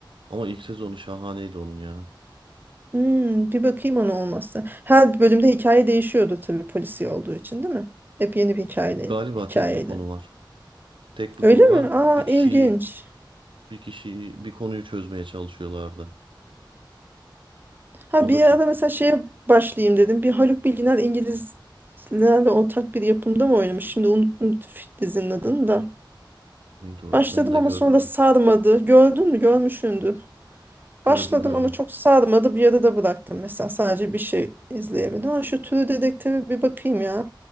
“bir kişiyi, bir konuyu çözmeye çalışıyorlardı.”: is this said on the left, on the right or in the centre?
Right